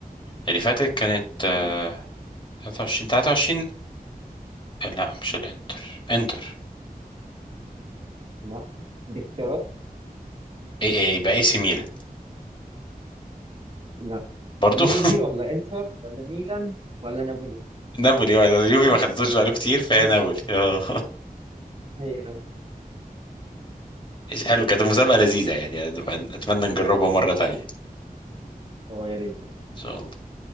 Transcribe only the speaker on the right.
مم.
لا باختيارات
لا
يوفي
ولا إنتر ولا ميلان ولا نابولي
هذا
هذا خلاص
نابولي
آه.
هي نابولي
هو يا ريت